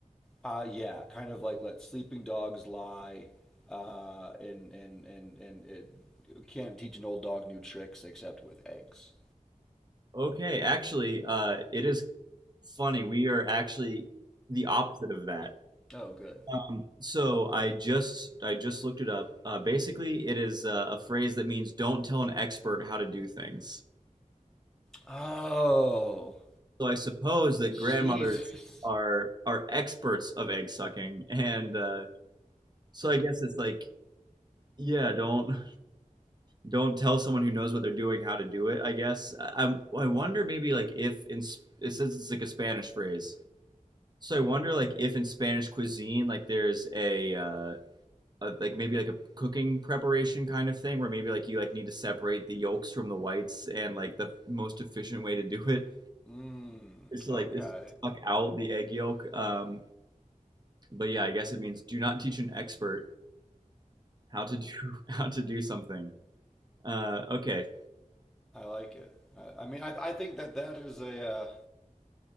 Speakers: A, in the centre; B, on the right.
A: uh, yeah, kind of like let sleeping dogs lie uh, and and and and it you can't teach an old dog new tricks except with eggs.
B: Okay. Actually, uh, it is funny. We are actually the opposite of that.
A: Oh, good.
B: Um, so I just I just looked it up. Uh, basically, it is uh, a phrase that means "don't tell an expert how to do things."
A: Oh,
B: So I suppose that
A: Jesus.
B: grandmothers are are experts of egg sucking, and uh, so I guess it's like, yeah, don't don't tell someone who knows what they're doing how to do it, I guess. I, i wonder maybe like if in Sp- it says it's like a Spanish phrase. So I wonder like if in Spanish cuisine like there's a uh a, like maybe like a cooking preparation kind of thing where maybe like you like need to separate the yolks from the whites and like the most efficient way to do it
A: Mm,
B: <laughs> is to
A: okay.
B: like is suck out the egg yolk. Um but yeah, I guess it means do not teach an expert how to do <laughs> how to do something. Uh okay.
A: I like it. I, I mean, I, I think that that is a uh,